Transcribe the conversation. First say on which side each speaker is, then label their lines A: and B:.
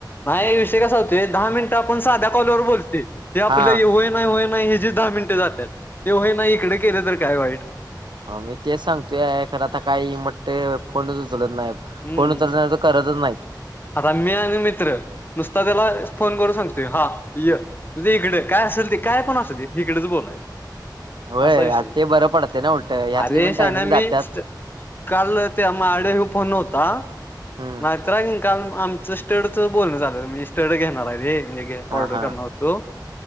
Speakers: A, on the left; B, on the right.
A: नाही विषय कसा होते दहा मिनिटं आपण साध्या कॉलवर बोलतेय. ते आपल्या
B: हा
A: होय नाही होय नाही हे जे दहा मिनटे जातात ते होय नाही इकडे केले तर काय वाईट.
B: हो मी तेच सांगतोय खरं आता काही म्हटते फोनच उचलत नाही.
A: हम्म
B: कोणी तर तर करतच नाही.
A: आता मी आणि मित्र नुसता त्याला फोन करून सांगतोय हा य तुझे इकडें काय असेल ते काय पण असू दे इकडेच बोलाय.
B: होय
A: असा विषय
B: अरे ते बरं पडतंय ना उलट ह्यातली
A: अरेशना
B: पण टायमिंग जात्यात
A: मी. काल ते आड ह फ नव्हता
B: हम्म
A: नाहीतर. काल आमचं स्टडच बोलण झालं स्टड घेणार म्हजे. ऑर्डर
B: हा हा
A: करण होतो